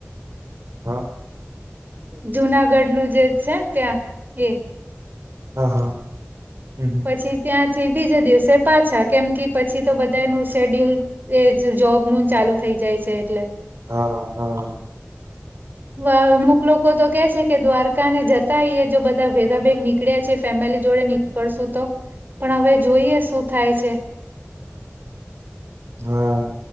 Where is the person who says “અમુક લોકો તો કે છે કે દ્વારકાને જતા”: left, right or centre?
Right